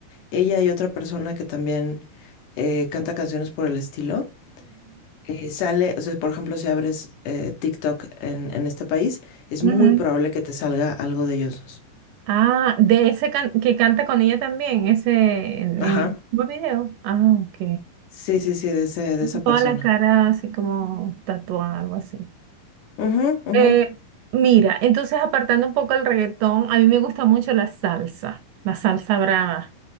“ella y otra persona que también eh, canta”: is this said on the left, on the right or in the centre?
Left